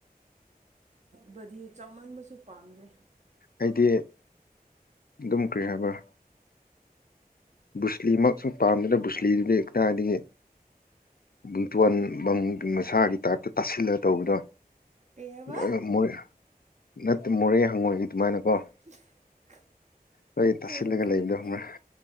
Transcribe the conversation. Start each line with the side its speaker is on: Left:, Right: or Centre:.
Right: ꯕꯗꯤ ꯆꯥꯎꯃꯟꯕꯁꯨ ꯄꯥꯝꯖꯦ
Left: ꯑꯩꯗꯤ ꯑꯗꯨꯝ ꯀꯔꯤ ꯍꯥꯏꯕ꯭ꯔꯥ ꯕꯨꯨꯁꯂꯤꯃꯛ ꯁꯨ ꯄꯥꯝꯗꯦ ꯕꯨꯨꯁꯂꯤꯗꯨꯗꯤ ꯀꯗꯥꯏꯗꯒꯤ ꯕꯨꯡꯇꯣꯟ ꯕꯪꯒꯤ ꯃꯁꯥꯒꯤ ꯇꯥꯏꯞꯇ ꯇꯥꯁꯤꯜꯂꯒ ꯇꯧꯕꯗꯣ
Right: ꯀꯩ ꯍꯥꯏꯕ
Left: ꯂꯣꯏꯃꯛ ꯅꯠꯇꯦ ꯃꯣꯔꯦ ꯍꯪꯉꯣꯏꯒꯤ ꯑꯗꯨꯃꯥꯏꯅꯀꯣ
Right: <unintelligible>
Left: ꯂꯣꯏ ꯇꯥꯁꯤꯜꯂꯒ
Right: ꯀꯩ
Left: ꯂꯩꯕꯗꯣ ꯈꯪꯕ꯭ꯔꯥ
Right: ꯀꯩ